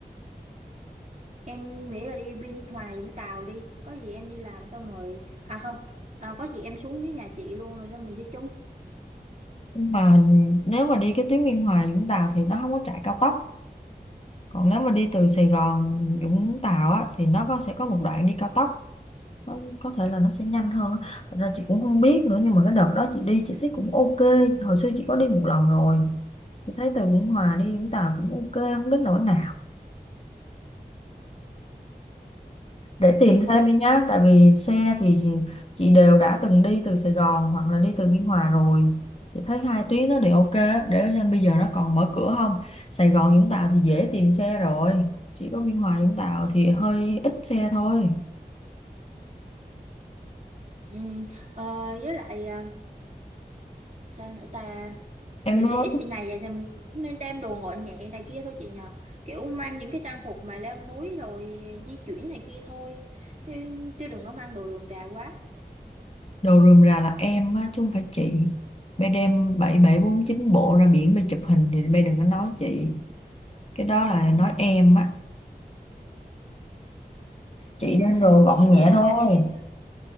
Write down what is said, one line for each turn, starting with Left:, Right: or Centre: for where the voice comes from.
Right: em nghĩ là đi Biên Hòa Vũng Tàu đi, có gì em đi làm xong rồi, à không, à, có gì em xuống dưới nhà chị luôn rồi xong mình đi chung.
Left: nhưng mà nếu mà đi cái tuyến Biên Hòa Vũng Tàu thì nó không có chạy cao tốc còn nếu mà đi từ Sài Gòn Vũng Tàu á, thì nó có sẽ có một đoạn đi cao tốc nó có thể là nó sẽ nhanh hơn á. Thật ra chị cũng không biết nữa nhưng mà cái đợt đó chị đi chị thấy cũng ok hồi xưa chị có đi một lần rồi chị thấy từ Biên Hòa đi Vũng Tàu cũng ok không đến nỗi nào để tìm
Right: Ừ,
Left: thêm đi nhá tại vì xe thì chị, chị đều đã từng đi từ Sài Gòn hoặc là đi từ Biên Hòa rồi chị thấy hai tuyến đó thì ok á, để xem bây giờ nó còn mở cửa không Sài Gòn Vũng Tàu thì dễ tìm xe rồi chỉ có Biên Hòa Vũng Tàu thì hơi ít xe thôi
Right: ừ. Ờ, với lại à, sao nữa ta,
Left: em
Right: mình
Left: nói
Right: đi ít
Left: thích
Right: ngày vậy thì mình cũng nên đem đồ gọn nhẹ này kia thôi chị nhờ, kiểu mang những cái trang phục mà leo núi rồi di chuyển này kia thôi, chứ, chứ đừng có mang đồ rườm rà quá.
Left: đồ rườm rà là em á chứ không phải chị Bay đem bảy bảy bốn chín bộ ra biển bay chụp hình thì bay đừng có nói chị cái đó là nói em á chị
Right: em
Left: đem
Right: á hả
Left: đồ gọn
Right: em
Left: nhẹ
Right: á hả
Left: thôi
Right: là em hả